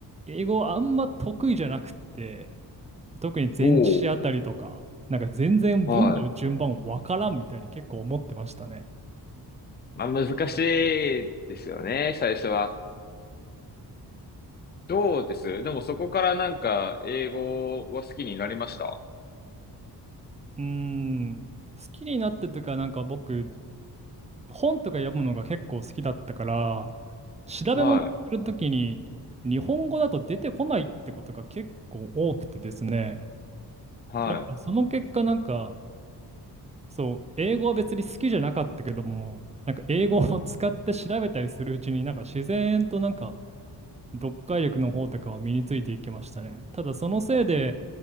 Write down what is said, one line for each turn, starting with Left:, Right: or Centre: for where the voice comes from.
Right: 英語あんま得意じゃなくって、特に前置詞あたりとか、
Left: おお。
Right: なんか全然文の順番わからんみたいに結構思ってましたね。
Left: はい。まあ難しいですよね、最初は。どうですでもそこからなんか英語は好きになりました
Right: うーん。好きになってというか、なんか僕、本とか読むのが結構好きだったから、調べ物するときに日本語だと出てこないってことが結構多くてですね。
Left: はい。は
Right: でなんかその結果なんか、そう、英語は別に好きじゃなかったけども、なんか英語を使って調べたりするうちになんか自然となんか読解力の方とかは身についていきましたね。ただそのせいで